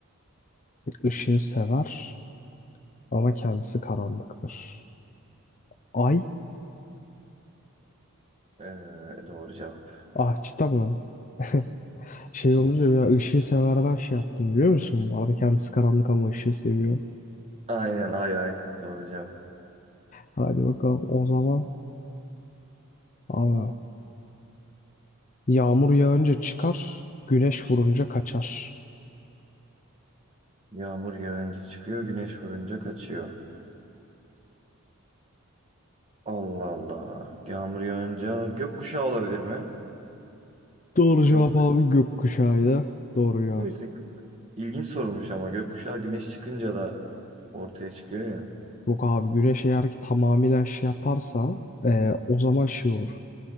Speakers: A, on the left (about 35°); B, on the right (about 30°).
A: ışığı sever, Ama kendisi karanlıktır. Ay
B: Ee, doğru cevap.
A: ahçıda mı? <laughs> Şey olunca ya ışığı severden şey yaptım biliyor musun? Bu arada kendisi karanlık ama ışığı seviyor.
B: Aynen ay ay. Doğru cevap.
A: Hadi bakalım o zaman. Abi, yağmur yağınca çıkar, güneş vurunca kaçar.
B: Yağmur yağınca çıkıyor, güneş vurunca kaçıyor. Allah Allah. Yağmur yağınca gökkuşağı olabilir mi?
A: Doğru
B: Yok.
A: cevap abi gökkuşağıydı. Doğru cevap.
B: Değil misin? İlginç sorulmuş ama gökkuşağı güneş çıkınca da ortaya çıkıyor ya.
A: Yok abi güneş eğer ki tamamıyla şey yaparsa e, o zaman şey olur.